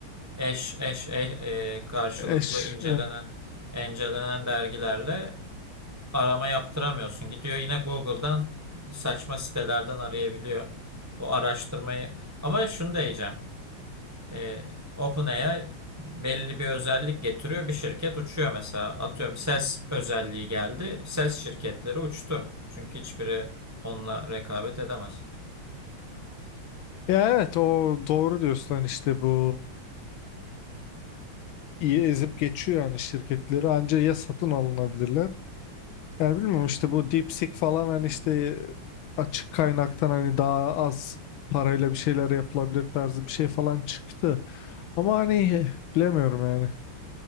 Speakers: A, on the right; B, on the left.
A: Eş, eş, eş- e, karşılıklı
B: eş.
A: incelenen incelenen dergilerle arama yaptıramıyorsun. Gidiyor yine Google'dan saçma sitelerden arayabiliyor o araştırmayı. Ama şunu da diyeceğim. Ee, OpenAI belli bir özellik getiriyor. Bir şirket uçuyor mesela. Atıyorum ses özelliği geldi. Ses şirketleri uçtu. Çünkü hiçbiri onunla rekabet edemez.
B: Ya evet o doğru diyorsun hani işte bu iyi ezip geçiyor yani şirketleri anca ya satın alınabilirler. Yani bilmiyorum işte bu DeepSeek falan hani işte açık kaynaktan hani daha az parayla bir şeyler yapılabilir tarzı bir şey falan çıktı. Ama hani bilemiyorum yani.